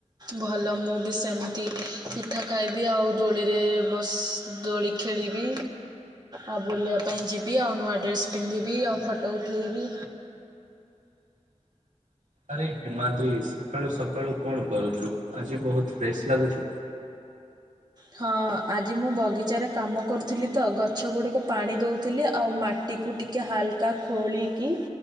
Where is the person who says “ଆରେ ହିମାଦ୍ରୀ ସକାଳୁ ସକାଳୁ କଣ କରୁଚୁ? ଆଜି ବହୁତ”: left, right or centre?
Right